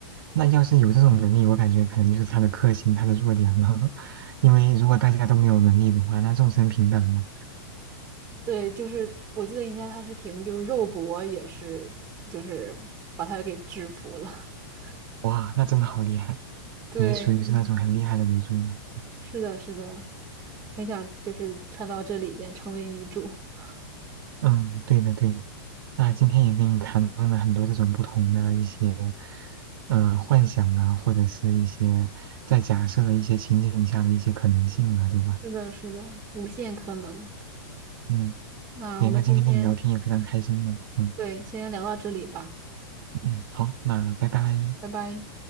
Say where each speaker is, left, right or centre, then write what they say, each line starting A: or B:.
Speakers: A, on the right (about 60°); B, on the right (about 20°).
A: 那要是有这种能力，我感觉可能就是他的克星，他的弱点了。<laughs> 因为如果大家都没有能力的话，那众生平等了。
B: 对，就是我记得应该他是凭就是肉搏也是就是把他给制服了。<laughs>
A: 哇，那真的好厉害，
B: 对，
A: 也属于是那种很厉害的女主呢。
B: 是的，是的，很想就是穿到这里边成为女主。<laughs>
A: 嗯，对的对的。那今天也跟你谈论了很多这种不同的一些，呃，幻想啊，或者是一些在假设的一些情景下的一些可能性啊，对吧？
B: 是的，是的，无限可能。
A: 嗯，
B: 那我们今天
A: 对。那今天跟你聊天也非常开心呢。嗯
B: 对，先聊到这里吧，
A: 嗯，好，那拜拜。
B: 拜拜。